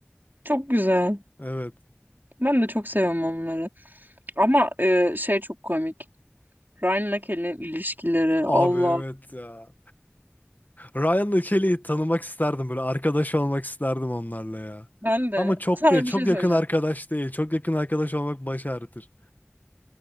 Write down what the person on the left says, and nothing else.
Evet.
Abi evet ya. Ryan'la Kelly'yi tanımak isterdim böyle arkadaş olmak isterdim onlarla ya.
Ama çok
değil. Çok
yakın
arkadaş değil. Çok yakın arkadaş olmak baş ağrıtır.